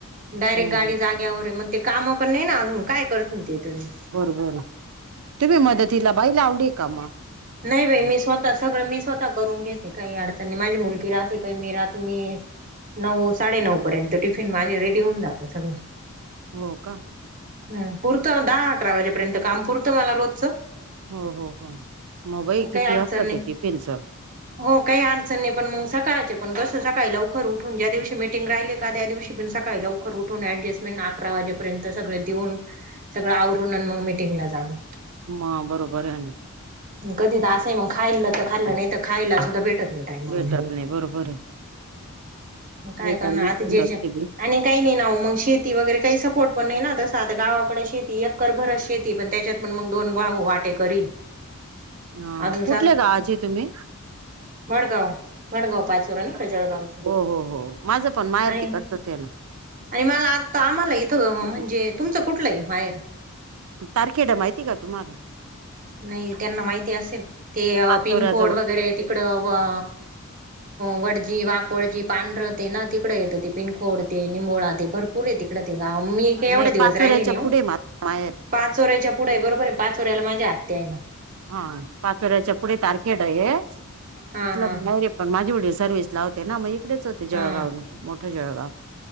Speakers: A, on the right; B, on the right.
A: डायरेक्ट
B: हम्म
A: गाडी
B: हम्म.
A: जाग्यावर हे मग ते कामं पण नाही ना अजून काय करतीन ते तरी
B: बरोबर आहे तुम्ही मदतीला बाई लावलीय का म
A: नई बई मी स्व सगळं मी स्वता करून घेते काई अडचण नी माझी मुलगी राहते काई मी राहते मी नऊ साडे नऊ पर्यंत टिफिन माझे रेडी होऊन जातात सगळे.
B: हो का.
A: ह पुरत दहा अकरा वाजेपर्यंत काम पुरतं मला रोजचं.
B: हो हो हो मोबाई
A: पण काही
B: किती
A: अडचण
B: असतात
A: नाही
B: टीफिनच?
A: हो काही अडचणणी नाही पण मग सकाळचे पण कसं सकाळी लवकर उठून ज्या दिवशी मिटिंग राहिले का त्या दिवशी पण सकाळी लाऊ उठून ऍडजस्टमेंट अकरा वाजेपर्यंत सगळे देऊन सगळं आवरून आणि मग मीटिंगला जाणं.
B: हा बरोबर आहे.
A: कधी तर असंय मग खाल्लं तर खाल्लं नाही तर खायला सुद्धा भेटत नाही. टायमावर
B: भेटत नाही बरोबर आहे.
A: काय
B: बेकार
A: करण
B: मेहनत
A: आता ज्याच्या
B: असते बाई
A: आणि काही नाही नाव मग शेती वगैरे काही सपोर्ट पण नाही ना तसं आता गावाकडे शेती एक्कर भरस शेती पण त्याच्यात ण मग दोन भाउ वाटेकरी.
B: अ
A: अजून
B: कुठल्या गावाचे तुम्ही?
A: मडगाव मडगाव पाचो र न का जळगावच.
B: हो हो हो माझं पण माहेर
A: आणि
B: तिकडचंच आहे ना.
A: आणि मला आता इथं म्हणजे तुमच कुठलं आहे‌ माहेर?
B: तारखेड माहिती का तुम्हाला?
A: नाही त्यांना माहिती असेल ते
B: पाचोऱ्याजवळ
A: पिनकोड वगैरे तिकडं अ वडजी वाकवडजी पांढरं ते ना तिकडे येतं ते पिनखोड ते निंबोळा ते भरपूर आहे ते. का मी का
B: नाही
A: एवढा
B: पाचोऱ्याच्या
A: दिवस राहिले नाही
B: पुढे
A: ओ.
B: माझं माहेर.
A: पाच वरेच्या पुढे बरोबर आहे पाचोर्याला माझ्या आत्या आहे.
B: हा पाच वऱ्याच्या पुढ तारखेड आहे
A: हा
B: तथलं
A: हा
B: मग पण माझी वडील सर्व्हिस लावते ना मग इकडेच होते जळगावला
A: हा
B: मोठं जळगाव.